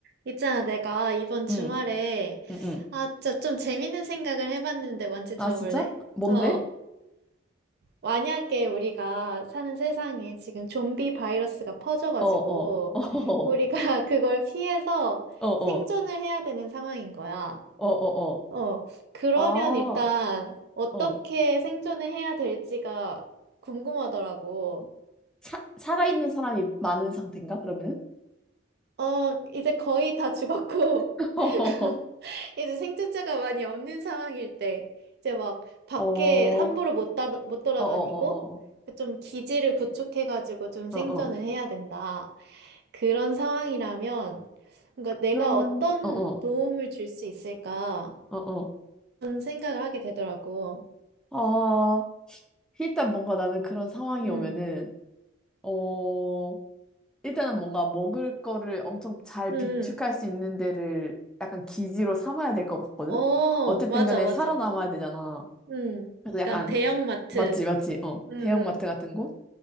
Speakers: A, on the right; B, in the centre.
A: 있잖아, 내가 이번 주말에,
B: 응, 응, 응.
A: 아, 저, 좀 재밌는 생각을 해봤는데 뭔지
B: 아,
A: 들어볼래?
B: 진짜? 뭔데?
A: 어, 만약에 우리가 사는 세상에 지금 좀비 바이러스가 퍼져가지고,
B: 어, 어, <laughs> 어,
A: 우리가 <laughs> 그걸 피해서
B: 어, 어,
A: 생존을 해야 되는 상황인 거야.
B: 어, 어,
A: 어, 그러면
B: 어. 어. 아,
A: 일단 어떻게
B: 어.
A: 생존을 해야 될지가 궁금하더라고.
B: 사, 살아있는 사람이 많은 상태인가, 그러면은?
A: 어, 이제 거의 다 죽었고,
B: <laughs>
A: <laughs> 이제 생존자가 많이 없는 상황일 때 이제 막 밖에
B: 어, 어,
A: 함부로 못, 따라, 못 돌아다니고
B: 어, 어, 어,
A: 좀 기지를 구축해가지고 좀
B: 어,
A: 생존을
B: 어, 어.
A: 해야 된다. 그런 상황이라면 뭔가 내가
B: 그러면,
A: 어떤
B: 어, 어,
A: 도움을 줄 수 있을까?
B: 어, 어.
A: 그런 생각을 하게 되더라고.
B: 아, 일단 뭔가 나는 그런 상황이
A: 음,
B: 오면은, 어, 일단은 뭔가 먹을 거를 엄청 잘
A: 음, 음.
B: 비축할 수 있는 데를 약간 기지로 삼아야 될 것 같거든?
A: 어,
B: 어쨌든
A: 맞아,
B: 간에
A: 맞아.
B: 살아남아야 되잖아.
A: 음,
B: 그래서
A: 약간
B: 약간
A: 대형마트.
B: 맞지 맞지 어
A: 음,
B: 대형마트 같은 곳